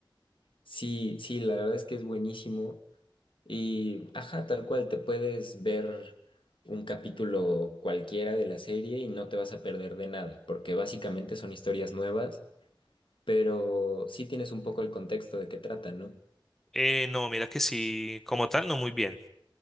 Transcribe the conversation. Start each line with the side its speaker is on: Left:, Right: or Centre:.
Left: sí, sí, la verdad es que es buenísimo. Y, ajá, tal cual, te puedes ver un capítulo cualquiera de la serie y no te vas a perder de nada, porque básicamente son historias nuevas, pero sí tienes un poco el contexto de qué tratan, ¿no?
Centre: Eh, no, mira que sí, como tal, no muy bien.